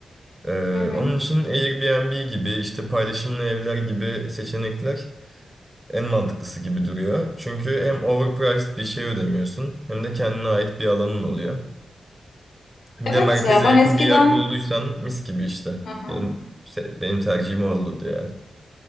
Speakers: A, on the right; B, on the left.
A: Ee,
B: hı hı.
A: onun için Airbnb gibi işte paylaşımlı evler gibi seçenekler en mantıklısı gibi duruyor. Çünkü hem overpriced bir şey ödemiyorsun hem de kendine ait bir alanın oluyor. Bir
B: Evet
A: de merkeze
B: ya ben
A: yakın
B: eskiden
A: bir yer bulduysan mis gibi işte.
B: Hı hı.
A: Benim benim tercihim o olurdu yani.